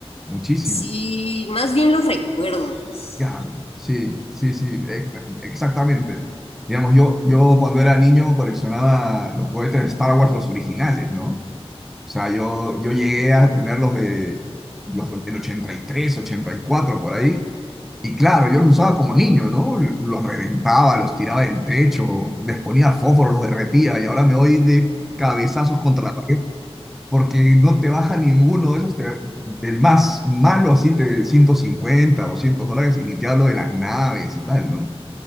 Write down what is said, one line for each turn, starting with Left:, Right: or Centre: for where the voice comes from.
Centre: Muchísimo.
Left: Sí, más bien los recuerdos.
Centre: Claro, sí, sí, sí, e- exactamente. Digamos, yo, yo cuando era niño coleccionaba los juguetes de Star Wars, los originales, ¿no? O sea, yo, yo llegué a tener los de los, el 83, 84 por ahí. Y claro, yo los usaba como niño, ¿no? Los reventaba, los tiraba del techo, les ponía fósforo, los derretía y ahora me doy de cabezazos contra la porque no te baja ninguno de esos, te- del más malo así, te 150 200 dólares, y ni te hablo de las naves y tal, ¿no?